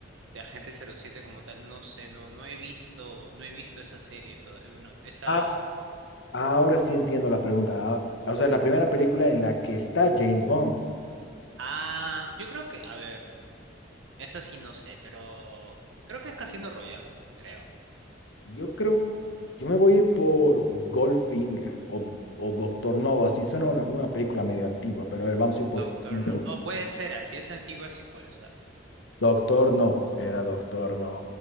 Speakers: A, on the right; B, on the left.
A: Agente cero siete como tal, no sé, no, no he visto, no he visto esa serie todavía. Bueno, esa.
B: Ah, Ahora sí entiendo la pregunta. Ah, o sea, la primera película en la que está James Bond.
A: Ah, yo creo que, a ver, esa sí no sé, pero creo que es Casino Royale, creo.
B: Yo creo, yo me voy a ir por Goldfinger o, o Doctor No. Así suena una, una película medio antigua, pero a ver, vamos a ir
A: Doctor
B: por Casino
A: No.
B: Royale.
A: Oh, puede ser, así es antigua, sí puede ser.
B: Doctor No. Era Doctor No.